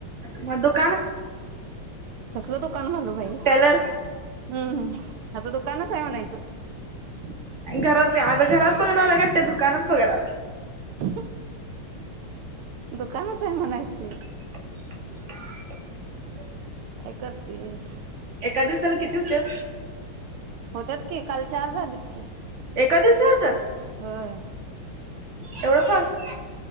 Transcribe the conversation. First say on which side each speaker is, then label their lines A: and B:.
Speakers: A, on the right; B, on the right.
A: म दुक
B: कसलं दुकान घालू बाई
A: टेलर
B: हं हं आता दुकानच हाय म्हणायचं
A: घरात बी आता घरात बघणार हाय काय त्या दुकानात बघणार
B: <inaudible> दुकानच आहे म्हणायचं ते
A: <inaudible>
B: काय करतेस?
A: एका दिवसाला किती होत्यात?
B: होत्यात की काल चार झालेत की,
A: एका दिवसात
B: होय
A: एवढा फास्ट?